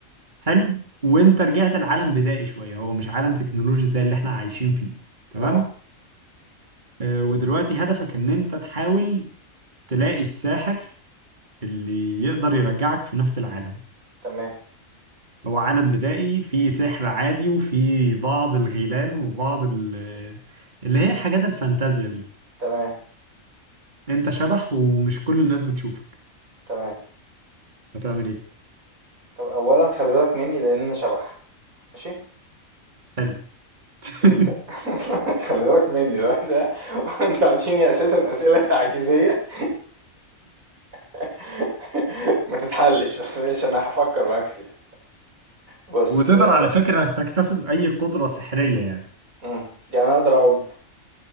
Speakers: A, on the right; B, on the right.
A: حلو وانت رجعت لعالم بدائي شويه هو مش عالم تكنولوجي زي اللي احنا عايشين فيه تمام
B: آه،
A: آه، ودلوقتي هدفك ان انت تحاول تلاقي الساحر اللي يقدر يرجعك في نفس العالم
B: تمام،
A: هو عالم بدائي فيه سحر عادي وفيه بعض الغيلان وبعض ال- آه، اللي هي الحاجات الفانتازيا دي
B: تمام،
A: انت شبح ومش كل الناس بتشوفك
B: تمام.
A: هتعمل ايه
B: طَب أولًا خلِّ بالك منّي لإن أنا شبح، ماشي،
A: حلو <laughs>
B: أنت <laughs> خلِّ بالك منّي الواحد ده وأنت عاطيني أساسًا أسئلة تعجيزية <laughs> ما تتحلِّش، بس ماشي أنا هافكّر معاك فيها. بُص
A: وتقدر
B: آآ
A: على فكرة تكتسب أي قدرة سحرية يعني
B: إمم، يعني أقدر أعُض،